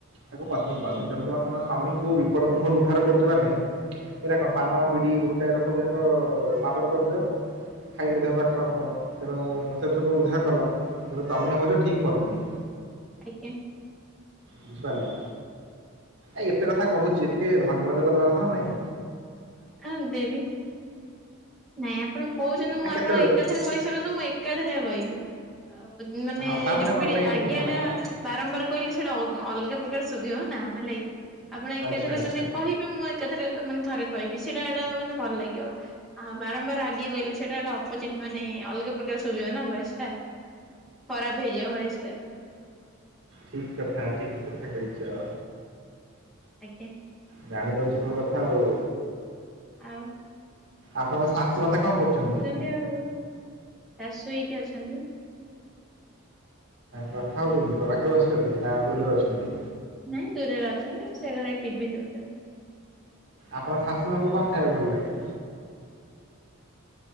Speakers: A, on the right; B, in the centre.
A: ତାକୁ ପତ୍ନୀ କହନ୍ତି ତେଣୁ ତମ ସ୍ବାମୀଙ୍କୁ ବିପଦ ମୁହଁରୁ ଉଦ୍ଧାର କରୁଚ ମାନେ ଏଇଟା କଣ ପାନ, ବିଡି, ଗୁଟକା ଏ ର ସବୁ ଯାକ-ଅ-ଅ-ଅ ମାଦକ ଦ୍ରବ୍ୟ। ଖାଇଲେ ଦେହ ପା ଖରାପ ହେବ ତେଣୁ-ଉ-ଉ-ଉ ସେଥିରୁ ତ ଉଧାର କଲ ତେଣୁ ତମେ ହେଉଛ ଠିକ୍ ପତ୍ନୀ।
B: ଆଜ୍ଞା।
A: ବୁଝିପାରିଲ ଏ ଏତେ କଥା କହୁଛି ଟିକେ ଧନ୍ୟବାଦ ଦବା କଥା ନା ନାଇଁ?
B: ହଁ ଦେବି ନାଇଁ ଆପଣ କହୁଛନ୍ତି ମୁଁ
A: ଆ କେତେବେଳେ
B: ଆପଣ ଏକାଥରେ କହିସାରନ୍ତୁ ମୁଁ ଏ କାଧରେ ହେବକି ଆଉ ମାନେ
A: ହଁ ତା
B: ରିପିଟ
A: କ'ଣ ନାଇଁ
B: ଆଜ୍ଞା
A: ହଁ ଦେଖ
B: ଟା ବାରମ୍ବାର କହିଲେ ସେଇଟା ଅଗା ଅଲଗା ପ୍ରକାର ଶୁଭିବ ନା ହେଲା କିି ଆପଣ ଏକାଥରେ
A: ଆଚ୍ଛା ଆଚ୍ଛା
B: ମାନେ କହି ମୁଁ ଏକାଥରେ ମାନେ ଥରେ କହିବି ସେଇଟା ଏଟା ମାନେ ଭଲ ଲାଗିବ। ଆଉ ବାରମ୍ବାର ଆଜ୍ଞା କହିଲେ ସେଇଟାଟା ଅପୋଜିଟ୍ ମାନେ ଅଲଗା ପ୍ରକାର ଶୁଭିବ ନା ଭୟସ ଟା। ଖରାପ ହେଇଯାଉ ଭଏସ୍ ଟା।
A: ଠିକ୍ କଥା -ଠିକ୍ କଥା କହିଚ।
B: ଆଜ୍ଞା।
A: ଜାଣି ଦଉଚ ସବୁ କଥା ଆଉ।
B: ଆଉ
A: ଆପଣଙ୍କ ଶାଶୁ ମାତା କଣ କରୁଚନ୍ତି?
B: ଏମିତି ଆଉ ଶାଶୁ ଏଇଠି ଅଛନ୍ତି।
A: କଥା ହଉଚନ୍ତି ତ ପାଖରେ ବସିଚନ୍ତି ନା ଦୂରରେ ଅଛନ୍ତି?
B: ନାଇଁ ଦୂରରେ ଅଛନ୍ତି ସେ ଘରେ ଟିଭି ଦେଖୁଚନ୍ତି।
A: ଆପଣ ଶାଶୁମା ଙ୍କୁ କଣ ଖାଇବାକୁ ଭଲ ଲାଗେ?